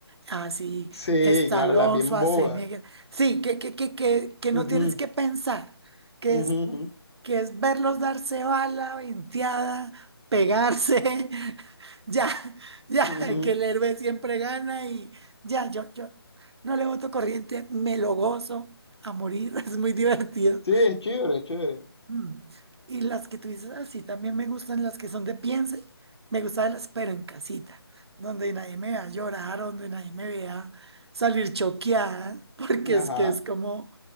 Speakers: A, on the right; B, on the left.
A: Así,
B: Sí,
A: Stallone,
B: claro, las bien
A: Schwarzenegger.
B: bobas.
A: Sí, que, que, que, que, que no
B: Ujú,
A: tienes que pensar, que
B: ujú,
A: es,
B: ujú,
A: que es verlos darse bala, venteada, pegarse. <laughs> Ya, ya,
B: ujú.
A: que el héroe siempre gana y ya, yo, yo no le voto corriente, me lo gozo a morir, <laughs> es muy divertido.
B: Sí, es chévere, es chévere.
A: Mm. Y las que tú dices así, también me gustan las que son de piense, me gustan las pero en casita, donde nadie me vea llorar, donde nadie me vea salir choqueada, <laughs> porque
B: Ajá,
A: es que es como,